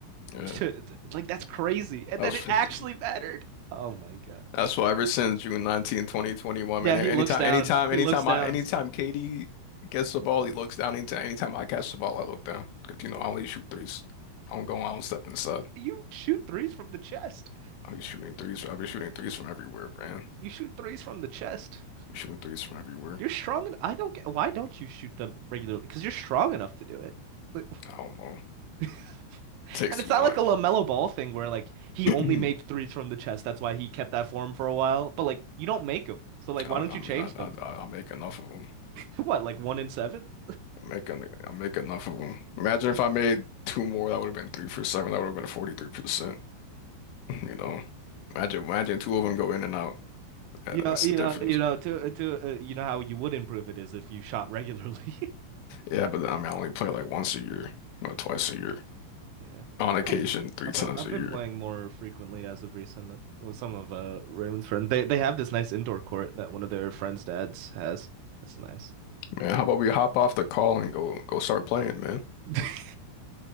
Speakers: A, on the left; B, on the right.
A: Yeah,
B: To- to- Like that's crazy, and
A: that
B: then
A: was.
B: it actually mattered. Oh my God.
A: That's why ever since June 2021,
B: Yeah,
A: man, anytime,
B: he looks down.
A: anytime,
B: He
A: anytime
B: looks down.
A: I, anytime Katie gets the ball, he looks down. Anytime, anytime I catch the ball, I look down. 'Cause, you know, I only shoot threes. I don't go, I don't step inside.
B: You shoot threes from the chest.
A: I'll be shooting threes. I'll be shooting threes from everywhere, man.
B: You shoot threes from the chest.
A: Be shooting threes from everywhere.
B: You're strong enough. I don't get why don't you shoot them regularly? Because you're strong enough to do it. Like-
A: I don't know.
B: <laughs>
A: It takes
B: And
A: too
B: it's not
A: long.
B: like a LaMelo Ball thing where like he
A: <clears throat>
B: only made threes from the chest. That's why he kept that form for a while. But like you don't make them. So like why
A: I,
B: don't
A: I
B: you change
A: mean, I,
B: them?
A: I,
B: <laughs>
A: I I make enough of them.
B: What, like one in seven?
A: I make, en- I make enough of them. Imagine if I made two more, that would have been three for seven. That would have been 43%. <laughs> You know, imagine, imagine two of them go in and out. Yeah,
B: You know,
A: that's
B: you
A: the difference.
B: know, you know, to to uh, you know how you would improve it is if you shot regularly. <laughs>
A: Yeah, but I mean, I only play like once a year or twice a year.
B: Yeah.
A: On
B: I
A: occasion,
B: don't,
A: three
B: I've
A: times
B: been I've
A: a
B: been
A: year.
B: playing more frequently as of recent uh, with some of uh Raymond's friends. They they have this nice indoor court that one of their friends' dads has. That's nice.
A: Man, how about we hop off the call and go go start playing, man?
B: <laughs>